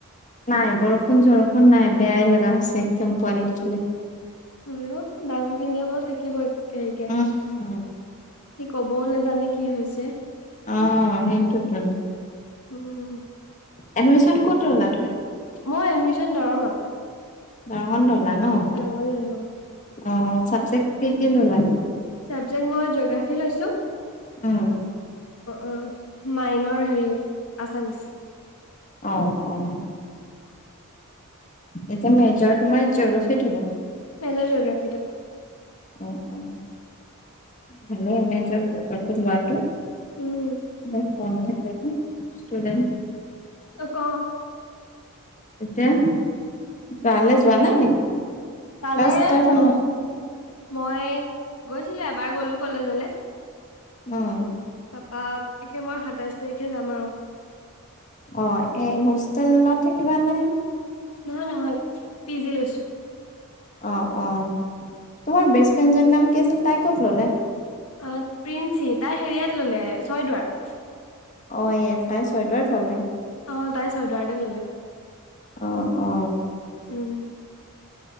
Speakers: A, on the left (about 35°); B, on the left (about 75°).
A: নাই বৰষুণ চৰষুণ নাই বেয়াই লগা হৈছে একদম পোৱালিটে।
B: আৰু ডাঙৰ খিনিয়ে বাৰু থাকিব। হেৰিকে
A: উম
B: সি কবও নাযানে। জানে কি হৈছে।
A: অ' সেইটো তো
B: উম।
A: এডমিশ্যন ক'ত ল'লা? তুমি
B: মই এডমিশ্যন দৰংত।
A: দৰংত ল'লা। ন
B: দৰংত ল'লো।
A: অ' চাবজেক্ট কি কি ল'লা।
B: চাবজেক্ট মই জিঅগ্ৰাফী লৈছোঁ।
A: উম।
B: উম, মাইনৰ হেৰি আছামিচ।
A: অহ' অহ'। এতিয়া মেজৰ তোমাৰ জিঅ'গ্ৰাফিত হ'ব।
B: মেজৰ জিঅ'গ্ৰাফিত অ'।
A: উ, উ, ভালে এনেই মেজৰ জিঅ'গ্ৰাফিত লোৱাটো।
B: উম,
A: বহুত কম থাকে যে ষ্টুডেণ্ট।
B: অ' ক।
A: এতিয়া। তালে যোৱা নাই নেকি?
B: তালে
A: ক্লাছ ষ্টাৰ্ট হোৱা
B: অ'
A: নাই।
B: মই গৈছিলো, এবাৰ গলো কলেজলে।
A: উম।
B: তাৰাপা একে মই সাতাইশ তাৰিখে যাম আৰু।
A: অ' এই হোষ্টেলত থাকিবানে?
B: নহয়, নহয়, পি জি লৈছোঁ।
A: অ' অ' তোমাৰ বেষ্ট ফ্ৰেণ্ডজনীৰ নাম কি আছিল? তাই ক'ত ল'লে?
B: অ' প্ৰিন্সি তাই হেৰিয়াত ল'লে ছয়দুৱাৰত।
A: অ' ইএচ তাই ছয়দৱাৰত ল'লে।
B: অ' তাই ছইদৰাত এ ল'লে,
A: অ অ
B: উম।